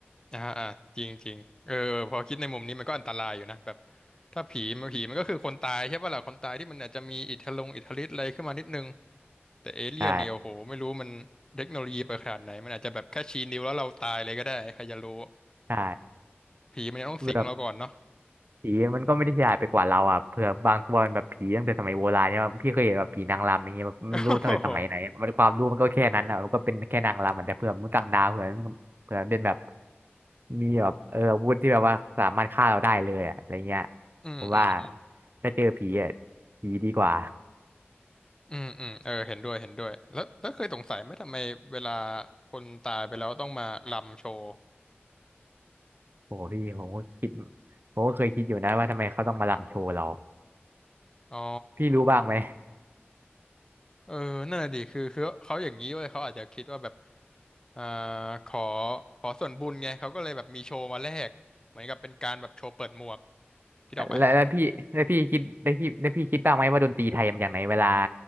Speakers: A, on the left; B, on the right.
A: อ่าอ่าจริงจริงเออเออพอคิดในมุมนี้มันก็อันตรายอยู่นะแบบถ้าผีมันผีมันก็คือคนตายใช่ป่ะล่ะคนตายที่มันอาจจะมีอิทธิลงอิทธิฤทธิ์อะไรขึ้นมานิดนึง แต่เอเลี่ยนเนี่ยโอ้โหไม่รู้มันเทคโนโลยีไปขนาดไหนมันอาจจะแบบแค่ชี้นิ้วแล้วเราตายเลยก็ได้ใครจะรู้
B: ใช่ใช่
A: ผีมันยังต้องสิงเราก่อนเนาะ
B: แบบ
A: <laughs>
B: ผีมันก็ไม่ได้ฉลาดไปกว่าเราอ่ะเผื่อบางตัวมันแบบผีตั้งแต่สมัยโบราณเนี่ยพี่เคยเห็นแบบผีนางรำอย่างเงี้ยแบบไม่รู้ตั้งแต่สมัยไหนอะมันความรู้มันก็แค่นั้นอ่ะมันก็เป็นแค่นางรำอะแต่เผื่อมนุษย์ต่างดาวเผื่อ
A: โอ้โห
B: เผื่อมันเป็นแบบมีแบบเอออาวุธที่แบบว่าสามารถฆ่าเราได้เลยอะอะไรเงี้ย
A: อืมอืมอืม
B: ผมว่าถ้าเจอผีอ่ะผีดีกว่า
A: อืมอืมเออเห็นด้วยเห็นด้วยแล้วแล้วเคยสงสัยไหมทำไมเวลาคนตายไปแล้วต้องมารำโชว์
B: โอ้พี่ผมก็คิดผมก็เคยคิดอยู่นะว่าทำไมเขาต้องมาลำโชว์เรา
A: อ๋อ
B: พี่รู้บ้างไหม
A: เออนั่นแหละดิคือคือเขาอย่างนี้เว้ยเขาอาจจะคิดว่าแบบอ่าขอขอส่วนบุญไงเขาก็เลยแบบมีโชว์มาแลกเหมือนกับเป็นการแบบโชว์เปิดหมวกคิดออกปะ
B: แล้วแล้วพี่แล้วพี่คิดแล้วพี่แล้วพี่คิดบ้างไหมว่าดนตรีไทยมันอย่างไหนเวลา